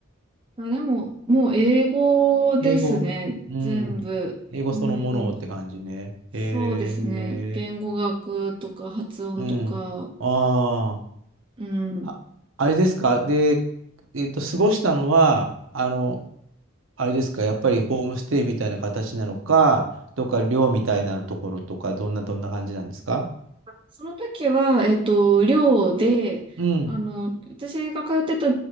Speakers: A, on the right; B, on the right.
A: あ、でも、もう英語ですね。
B: 英語。うん。
A: 全部。
B: 英語そのものって感じね。
A: うーん。そうですね。
B: へ
A: 言語学とか発音とか。
B: え、うん。ああ。
A: うん。
B: ああれですかで、えっと、過ごしたのは、あの、あれですか、やっぱりホームステイみたいな形なのか、どっか寮みたいなところとか、どんな、どんな感じなんですか
A: その時は、えっと、寮で、
B: うん、
A: あの、私が通ってた